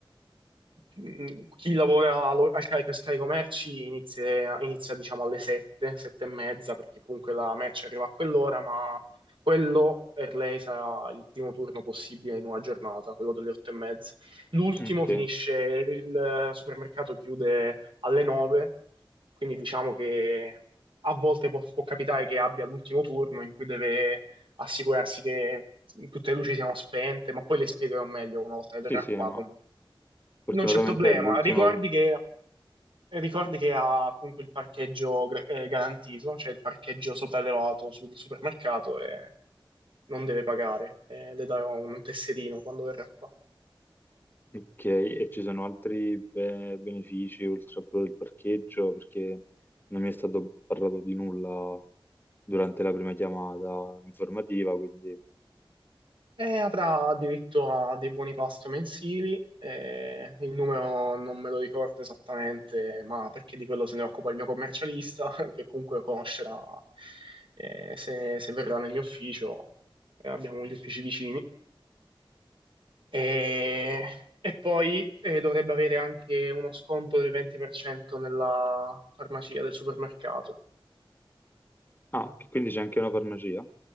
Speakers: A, on the right (about 65°); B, on the left (about 20°).
A: Mm, Chi lavora allo- al carico e scarico merci inizia, inizia, diciamo alle 7, 7 e mezza, perché comunque la merce arriva a quell'ora, ma quello per lei sarà il primo turno possibile in una giornata, quello delle 8 e mezza. L'ultimo
B: ok,
A: finisce, il eh, supermercato chiude alle 9, quindi diciamo che a volte può, può capitare che abbia l'ultimo turno in cui deve assicurarsi che tutte le luci siano spente, ma poi le spiegherò meglio una volta che
B: sì,
A: verrà
B: sì,
A: qua
B: ma
A: comunque.
B: fortunatamente
A: Non c'è problema,
B: è l'ultimo.
A: ricordi che, ricordi che ha comunque il parcheggio gra- eh, garantito, cioè il parcheggio sopraelevato sul supermercato e non deve pagare, Eh, le darò un tesserino quando verrà qua.
B: Ok, e ci sono altri be- benefici oltre a quello del parcheggio, perché non mi è stato parlato di nulla durante la prima chiamata informativa, quindi...
A: E avrà diritto a dei buoni pasto mensili, eh, il numero non me lo ricordo esattamente, ma perché di quello se ne occupa il mio commercialista, <laughs> che comunque conoscerà eh, se, se verrà nel mio ufficio, eh, abbiamo gli uffici vicini. E, e poi eh, dovrebbe avere anche uno sconto del 20% nella farmacia del supermercato.
B: Ah, che quindi c'è anche una farmacia